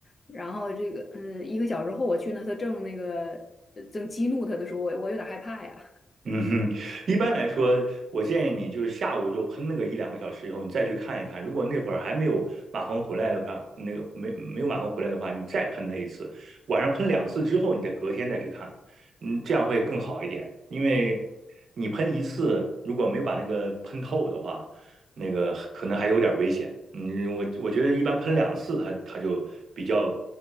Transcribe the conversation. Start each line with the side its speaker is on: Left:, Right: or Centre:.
Left: 然后这个嗯一个小时后我去呢，它正那个呃正激怒它的时候，我我有点害怕呀。
Right: 嗯哼，一般来说，我建议你就是下午就喷那个一两个小时以后，你再去看一看。如果那会儿还没有马蜂回来的话，那个没没有马蜂回来的话，你再喷它一次，晚上喷两次之后，你再隔天再去看，嗯，这样会更好一点。因为你喷一次，如果没有把那个喷透的话，那个可能还有点危险。嗯，我我觉得一般喷两次它，它就比较